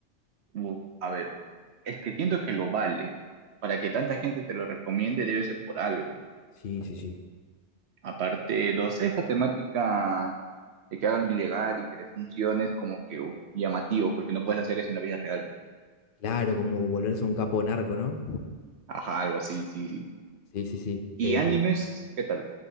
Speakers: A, on the right; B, on the left.
A: Uf, a ver, es que siento que lo vale. Para que tanta gente te lo recomiende debe ser por algo.
B: Sí, sí, sí.
A: Aparte, no sé, esta temática de que hagan lo ilegal y que les funcione es como que uf, llamativo, porque no puedes hacer eso en la vida real, ¿no?
B: Claro, como volverse un capo narco, ¿no?
A: Ajá, algo así, sí, sí.
B: Sí, sí, sí.
A: ¿Y
B: Eh,
A: animes? ¿Qué tal?